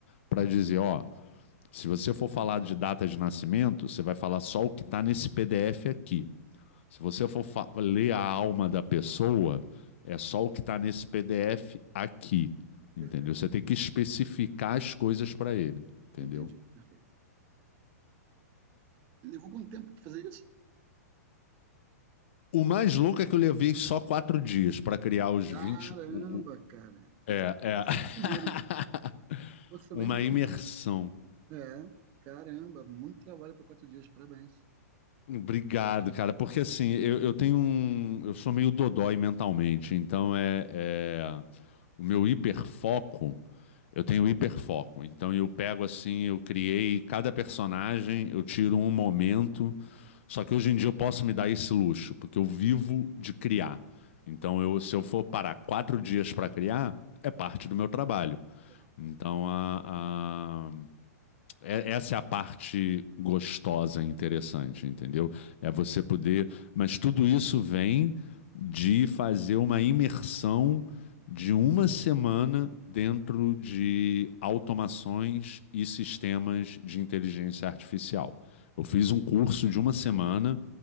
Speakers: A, on the left; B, on the right.
A: para dizer: ó, se você for falar de data de nascimento, você vai falar só o que está nesse PDF aqui. Se você for fa- ler a alma da pessoa, é só o que está nesse PDF aqui, entendeu?
B: Perfeito.
A: Você tem que especificar as coisas para ele, entendeu?
B: Entendi, perfeito. Levou quanto tempo pra fazer isso?
A: O mais louco é que eu levei só quatro dias para criar os
B: Caramba,
A: 20, o- o-
B: cara. Você
A: é, é. <laughs>
B: nem dormiu, né? Você
A: Uma
B: nem dormiu.
A: imersão.
B: É, caramba, muito trabalho para quatro dias, parabéns.
A: Obrigado, cara, porque assim, eu, eu tenho um. Eu sou meio dodói mentalmente, então é, é- o meu hiperfoco. Eu tenho hiperfoco, então eu pego assim, eu criei cada personagem, eu tiro um momento. Só que hoje em dia eu posso me dar esse luxo, porque eu vivo de criar. Então, eu, se eu for parar quatro dias para criar, é parte do meu trabalho.
B: Tá.
A: Então, a, é- essa é a parte gostosa e interessante, entendeu? É você poder. Mas tudo isso vem de fazer uma imersão de uma semana dentro de automações e sistemas de inteligência artificial. Eu fiz um curso de uma semana